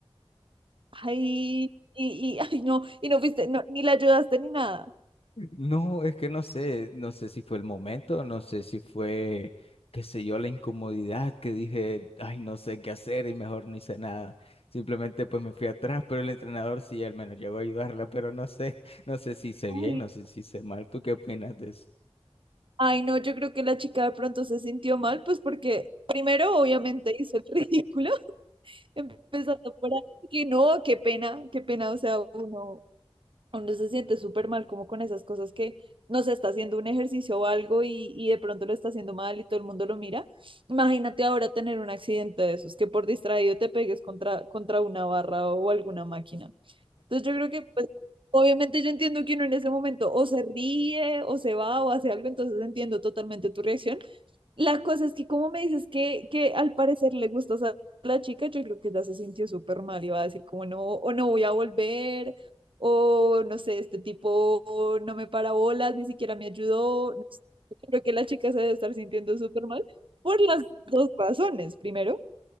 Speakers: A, on the right; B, on the left.
A: Ay, y, y, ay, no, y no fuiste, no, ni la ayudaste ni nada.
B: No, es que no sé, no sé si fue el momento, no sé si fue, qué sé yo, la incomodidad que dije, ay, no sé qué hacer y mejor no hice nada. Simplemente pues me fui atrás, pero el entrenador sí al menos llegó a ayudarla, pero no sé, <laughs> no sé si hice
A: Ay,
B: bien, no sé si hice mal. ¿Tú qué opinas de eso?
A: Ay, no, yo creo que la chica de pronto se sintió mal, pues porque primero obviamente hizo el ridículo, <laughs> empezando por ahí, que no, qué pena, qué pena, o sea, uno, uno se siente súper mal como con esas cosas que no se está haciendo un ejercicio o algo y, y de pronto lo está haciendo mal y todo el mundo lo mira. Imagínate ahora tener un accidente de esos, que por distraído te pegues contra, contra una barra o, alguna máquina. Entonces yo creo que, pues, obviamente yo entiendo que uno en ese momento o se ríe o se va o hace algo, entonces entiendo totalmente tu reacción, la cosa es que como me dices que, que al parecer le gustas a la chica, yo creo que ya se sintió súper mal y va a decir como no, o no voy a volver, o no sé, este tipo no me para bolas, ni siquiera me ayudó. No sé. Creo que la chica se debe estar sintiendo súper mal por las dos razones. Primero,